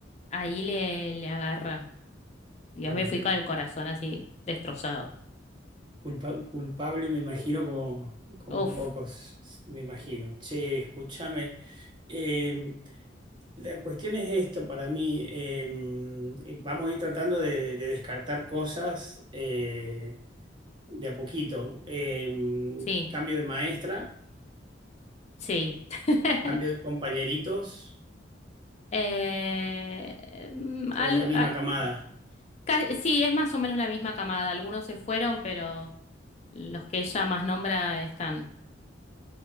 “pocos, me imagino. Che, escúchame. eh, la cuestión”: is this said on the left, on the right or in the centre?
Right